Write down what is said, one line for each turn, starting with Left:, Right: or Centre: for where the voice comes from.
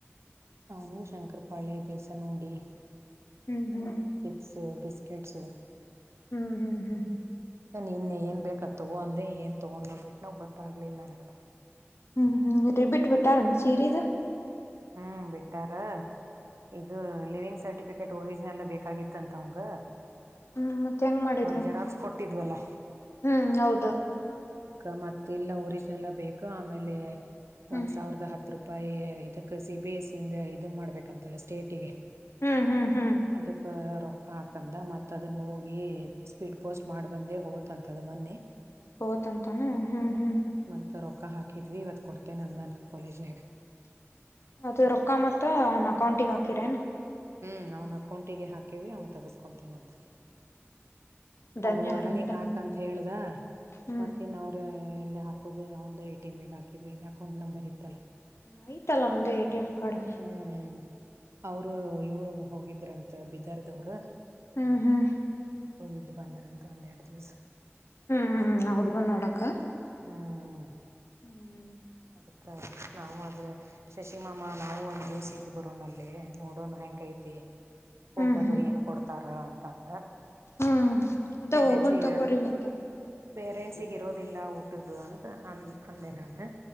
Right: ಅವನು ಶಂಕರ ಪಾಳೆ ಬೇಸನ್ ಉಂಡಿ
Left: ಹ್ಮ್ ಹ್ಮ್
Right: ಚಿಪ್ಸ್ ಬಿಸ್ಕಿಟ್ಸ್
Left: ಹ್ಮ್ ಹ್ಮ್ ಹ್ಮ್
Right: ನಾನನ್ ಇನ್ನ ಏನ್ ಬೇಕ ತೊಗೊ ಅಂದೆ ಏನ್ ತೊಗೊಂಡ ನೋ ಬಿಟ್ಟಟ್ ನ ಗೊತ್ತಾಗ್ಲಿಲ್ಲ ನನ್ಗ
Left: ಹ್ಮ್ ಹ್ಮ್ ರಿಬ್ಬಿಟ್ ಬಿಟ್ಟಾರ ಸೀರಿದ
Right: ಹ್ಮ್ ಬಿಟ್ಟಾರ ಇದು ಲಿವಿಂಗ್ ಸರ್ಟಿಫಿಕ ಕಕೆಟ್ ಒರಿಜಿನಲ್ ಬೇಕಾಗಿತ್ತ ಅಂತ ಅವಂಗ
Left: ಹ್ಮ್ ಮತ್ತೆ ಹೆಂಗ್ ಮಾಡಿದ್ರಿ
Right: ಜೆರಾಕ್ಸ್ ಕೊಟ್ಟಿದ್ವಲ್ಲ
Left: ಹ್ಮ್ ಹೌದು
Right: ಅದಕ್ಕ ಮತ್ತ ಇಲ್ಲ ಒರಿಜಿನಲ್ ಬೇಕು ಆಮೇಲೆ
Left: ಹ್ಮ್
Right: ಒಂದ್ ಸಾವಿರದ ಹತ್ತು ರೂಪ ಇದಕ್ ಸಿ ಬಿ ಎಸ್ ಸಿಂದ ಇದನ್ ಮಾಡ್ಬೇಕಂತಲ್ಲ ಸ್ಟೇಟಿಗೆ
Left: ಹ್ಮ್ ಹ್ಮ್ ಹ್ಮ್
Right: ಅದಕ್ಕ ರೊಕ್ಕ ಹಾಕಂದ ಮತ್ತ ಅದನ್ನ ಹೋಗಿ ಸ್ಪೀಡ್ ಪೋಸ್ಟ್ ಮಾಡಿ ಬಂದೆ ಹ ಅಂತದ ಮೊನ್ನೆ
Left: ಹಓತಂತಾನ ಹ್ಮ್ ಹ್ಮ್
Right: ಮತ್ತು ರೊಕ್ಕ ಹಾಕಿದ್ವಿ ಇವತ್ತು ಕೊಡ್ತೇನೆ ನಂದು ನು ಕಾಲೇಜ್ನಾಗ
Left: ಅದು ರೊಕ್ಕ ಮತ್ತ ಅವ್ನ ಅಕೌಂಟಿಗೆ ಹಾಕಿರೇನ್
Right: ಹ್ಮ್ ಅವ್ನ ಅಕೌಂಟಿಗೆ ಹಾಕೇವಿ ಅವನ್ ತಗಸ್ಕೊತಾನ ಅಂತಲ್ಲಿ
Left: ಧನ್ಯ
Right: ಅವರು ಹೊರ್ಡನಗ್
Left: ಆರಾಮದಾನ
Right: ಹಾಕಂತ ಹೇಳ್ದ
Left: ಹ್ಮ್
Right: ಮತ್ತ ಇನ್ನು ಅವ್ರ ಎಲ್ಲ ಹಾಕೋದು ಒಂದು ಎ ಟಿ ಎಮ್ ಹಾಕಿದ್ವಿ ಅಕೌಂಟ್ ನಂಬರ್ ಇತ್ತಲ್ಲ
Left: ನ ತಲ್ಲಾಂದ ಏಟಿ ಎಮ ಕಾರ್ಡ
Right: ಹ್ಮ್ ಅವರು ಇವರು ಹೋಗಿದ್ರಂತ ಬಿದರ್ದವರು
Left: ಹ್ಮ್ ಹ್ಮ್
Right: ಅವ ಇದ್ ಬಂದ್ರಂತ ಒಂದೆರಡು ದಿವಸ
Left: ಹ್ಮ್ ಹ್ಮ್ಾ ಹಡುಗಣೋಡಕ್ಕ
Right: ಹ್ಮ್ ಹ್ಮ್
Left: ಹ್ಮ್
Right: ಅದಕ್ಕ ನಾವು ಅದ ಶಶಿಮಮ್ಮಾ ನಾವು ಒಂದ್ ದಿವ್ಸ ಇದ್ ಬರೋ ನ ಅಲ್ಲಿ ನೋಡೋಣ ಹೆಂಗ ಐತಿ ಫುಡ್
Left: ಹ್ಮ್
Right: ಅದು
Left: ಹ್ಮ್
Right: ಏನ್ ಕೊಡ್ತಾರ ಅಂತಂದ
Left: ಹ್ಮ್ ಅದ
Right: ಪೇರೆಂಟ್ಸ್ಗ
Left: ಹೋಗುನ್ ತಗೋರಿ ಮತ್ತ
Right: ಪೇರೆಂಟ್ಸಿಗೆ ಇರೋದಿಲ್ಲ ಊಟದ್ದು ಅಂತ ಅಂದ ಅಂದೆ ನಾನು